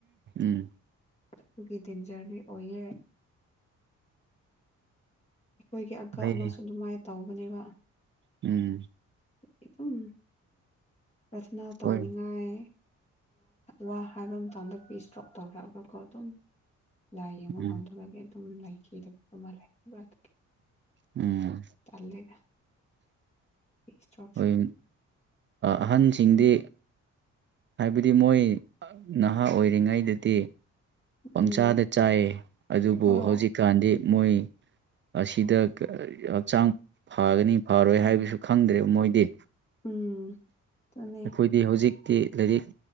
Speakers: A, on the right (about 40°); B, on the left (about 20°).
A: ꯎꯝ
B: ꯑꯗꯨꯒꯤ ꯗꯦꯟꯖꯔꯗꯤ ꯑꯣꯏꯌꯦ ꯑꯩꯈꯣꯏꯒꯤ ꯑꯪꯀꯥꯜ
A: ꯂꯩ
B: ꯑꯃꯁꯨ ꯑꯗꯨꯃꯥꯏꯅ ꯇꯧꯕꯅꯦꯕ
A: ꯎꯝ
B: ꯑꯗꯨꯝ ꯄ꯭ꯔꯊꯅꯥ ꯇꯧꯅꯤꯡꯉꯥꯏ
A: ꯍꯣꯏ
B: ꯋꯥ ꯍꯥꯏꯕ ꯃꯇꯝꯗ ꯕꯤꯕꯤ ꯏꯁꯇ꯭ꯔꯣꯛ ꯇꯧꯔꯛꯑꯒꯀꯣ ꯑꯗꯨꯝ ꯂꯥꯏ ꯌꯦꯡꯕ
A: ꯎꯝ
B: ꯉꯝꯗꯕꯒꯤ ꯑꯗꯨꯝ ꯂꯥꯏꯈꯤꯗꯕ ꯑꯃ ꯂꯩꯕ ꯑꯗꯨꯒꯤ
A: ꯎꯝ
B: ꯇꯜꯂꯦꯗ ꯏꯁꯇ꯭ꯔꯣꯛꯁꯦ
A: ꯍꯣꯏ ꯑꯍꯟꯁꯤꯡꯗꯤ ꯍꯥꯏꯕꯗꯤ ꯃꯣꯏ ꯅꯍꯥ ꯑꯣꯏꯔꯤꯉꯩꯗꯗꯤ ꯄꯪꯆꯥꯥꯗ
B: ꯎꯝ
A: ꯆꯥꯏ ꯑꯗꯨꯕꯨ
B: ꯍꯣꯏ
A: ꯍꯧꯖꯤꯛꯀꯥꯟꯗꯤ ꯃꯣꯏ ꯑꯁꯤꯗ ꯍꯛꯆꯥꯡ ꯐꯒꯅꯤ ꯐꯔꯣꯏ ꯍꯥꯏꯕꯁꯨ ꯈꯪꯗ꯭ꯔꯦꯕ ꯃꯣꯏꯗꯤ
B: ꯎꯝ ꯑꯗꯨꯅꯦ
A: ꯑꯩꯈꯣꯏꯗꯤ ꯍꯧꯖꯤꯛꯇꯤ ꯂꯥꯏꯔꯤꯛ